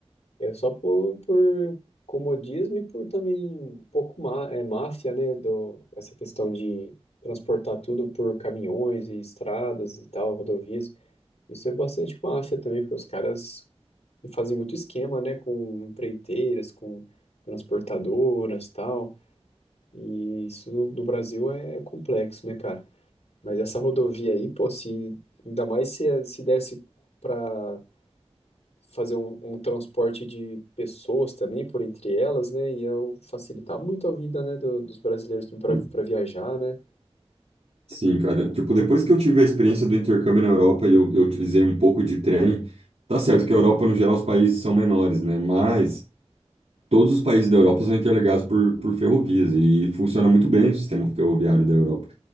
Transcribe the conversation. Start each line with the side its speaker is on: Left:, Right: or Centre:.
Left: É só por, por comodismo e por também um pouco má, é, máfia, né? Do, essa questão de transportar tudo por caminhões e estradas e tal, rodovias. Isso é bastante máfia também, porque os caras fazem muito esquema, né? Com empreiteiras, com transportadoras e tal. E isso no, no Brasil é é complexo, né, cara? Mas essa rodovia aí, pô, se ainda mais se, se desse para fazer um, um transporte de pessoas também por entre elas, né? Ia facilitar muito a vida, né, do- dos brasileiros também
Right: né?
Left: para viajar, né?
Right: Sim, cara. Tipo, depois que eu tive a experiência do intercâmbio na Europa e eu, eu utilizei um pouco de trem, tá certo que a Europa, no geral, os países são menores, né? Mas todos os países da Europa são interligados por, por ferrovias e funciona muito bem o sistema ferroviário da Europa.